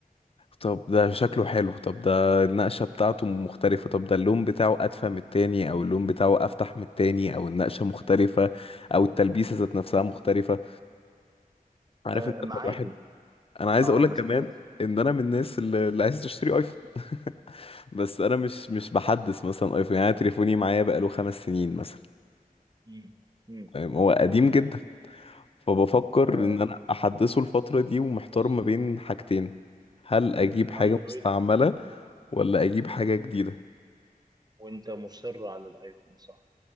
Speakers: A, on the left; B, on the right.
A: طب ده شكله حلو طب ده النقشة بتاعته مختلفة طب ده اللون بتاعه أدفى من التاني أو اللون بتاعه أفتح من التاني أو النقشة مختلفة أو التلبيسة ذات نفسها مختلفة عارف
B: آه
A: انت
B: معاك
A: فالواحد انا عايز
B: اه
A: اقولك
B: بس
A: كمان
B: دي
A: ان انا من الناس اللي اللي عايز تشتري ايفون <laughs> بس انا مش مش بحدث مثلا ايفون يعني أنا تليفوني معايا بقاله خمس سنين مثلا
B: مم. مم.
A: فاهم؟ هو قديم جدا فبفكر
B: آه
A: ان انا احدثه الفترة دي ومحتار
B: بص
A: ما بين حاجتين
B: انا
A: هل اجيب حاجة
B: اندرويد
A: مستعملة ولا اجيب
B: مم.
A: حاجة جديدة
B: وانت مصر على الايفون صح